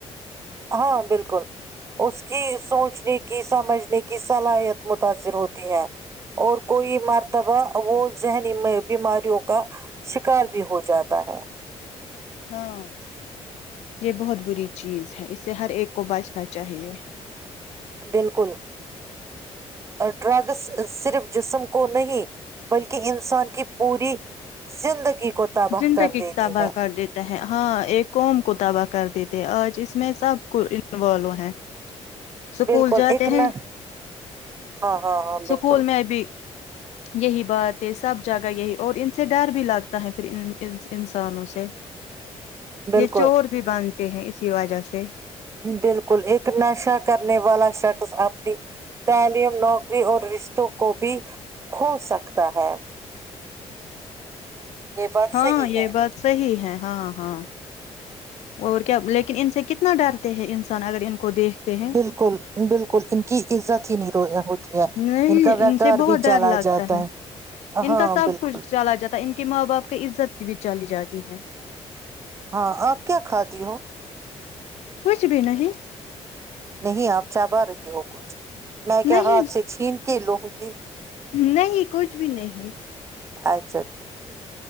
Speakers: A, on the right; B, on the left.
A: ہاں بالکل اس کی سوچنے کی سمجھنے کی صلاحیت متاثر ہوتی ہے اور کوئی مرتبہ وہ ذہنی بیماریوں کا شکار بھی ہو جاتا ہے
B: ہاں یہ بہت بری چیز ہے اس سے ہر ایک کو بچنا چاہیے
A: بالکل ڈرگس صرف جسم کو نہیں بلکہ انسان کی پوری زندگی کو تباہ
B: زندگی
A: کر دیتی
B: تباہ
A: ہے
B: کر دیتا ہے ہے ہاں ایک قوم کو تباہ کر دیتے آج اس میں سب کو انوالو ہیں سکول
A: بالکل
B: جاتے
A: ایک
B: ہیں
A: نہ ہاں ہاں ہاں
B: سکول
A: بالکل
B: میں بھی یہی بات یہ سب جگہ یہی اور ان سے ڈر بھی لگتا ہے پھر ان انسانوں سے
A: بالکل
B: یہ چور بھی بنتے ہیں اسی وجہ سے
A: بالکل ایک نشہ کرنے والا شا اپنی تعلیم نوکری اور رشتوں کو بھی کھو سکتا ہے یہ بات
B: ہاں
A: صحیح
B: یہ
A: ہے
B: بات صحی ہے ہاں ہاں اور کیا لیکن ان سے کتنا ڈرتے ہیں انسان اگر ان کو دیکھتے ہیں
A: بالکل بالکل ان کی عزت ہی نہیں رو ہوتی ہے
B: نہیں
A: کا ویکار
B: ان سے بہت
A: بھی
B: ڈر
A: چلا
B: لگتا
A: جاتا
B: ہے ان
A: ہاں
B: کا سب
A: بالکل
B: کچھ چلا جاتا ہے ان کے ماں باپ کی عزت کی بھی چلی جاتی ہے
A: ہاں آپ کیا کھاتی ہو
B: کچھ بھی نہیں
A: نہیں آپ چ پا رہی ہو کچھ میں کیا
B: نہیں
A: ہاتھ سے چھین کھیلووں گی
B: نہیں کچھ بھی نہیں
A: اچھا ٹھیک